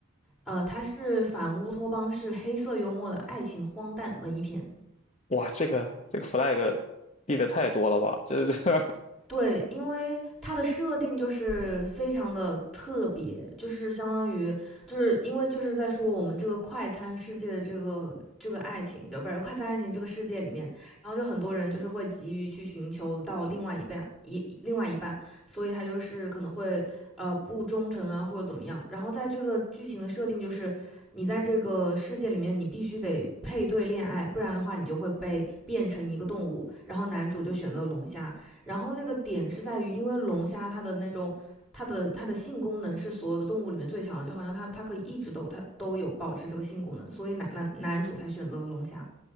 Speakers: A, in the centre; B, on the left.
A: 呃，它是反乌托邦式黑色幽默的爱情荒诞文艺片，
B: 哇，这个这个 flag 立的太多了吧？这这，
A: 对，因为它的设定就是非常的特别，就是相当于，就是因为就是在说我们这个快餐世界的这个这个爱情，就不是快餐爱情这个世界里面，然后就很多人就是会急于去寻求到另外一半一另外一半，所以他就是可能会呃不忠诚啊或者怎么样。然后在这个剧情的设定就是，你在这个世界里面你必须得配对恋爱，不然的话你就会被变成一个动物。然后男主就选择龙虾，然后那个点是在于，因为龙虾它的那种它的它的性功能是所有的动物里面最强的，就好像它它可以一直都它都有保持这个性功能，所以男男男主才选择了龙虾，